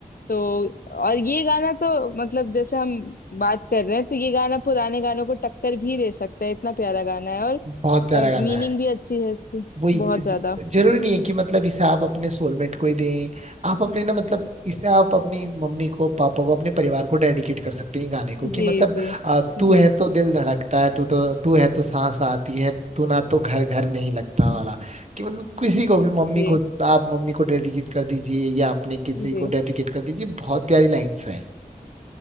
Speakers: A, on the left; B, on the right.
A: तो और ये गाना तो मतलब जैसे हम बात कर रहे हैं तो ये गाना पुराने गानों को टक्कर भी दे सकता है इतना प्यारा गाना है और
B: बहुत प्यारा
A: मीनिंग
B: गाना है
A: भी अच्छी है इसकी
B: वही
A: बहुत
B: ज-
A: ज्यादा
B: जरूरी नहीं है कि मतलब इसे आप अपने सोलमेट को ही दें आप अपने ना मतलब इसे आप अपनी मम्मी को पापा को अपने परिवार को डेडिकेट कर सकते हैं गाने को कि
A: जी
B: मतलब
A: जी
B: आ, तू
A: जी
B: है तो दिल धड़कता है तू तो तू है तो सांस आती है तू ना तो घर घर नहीं लगता वाला कि मतलब किसी को भी मम्मी
A: जी
B: को आप मम्मी को डेडिकेट कर दीजिए या अपने किसी
A: जी
B: को डेडिकेट कर दीजिए बहुत प्यारी लाइंस है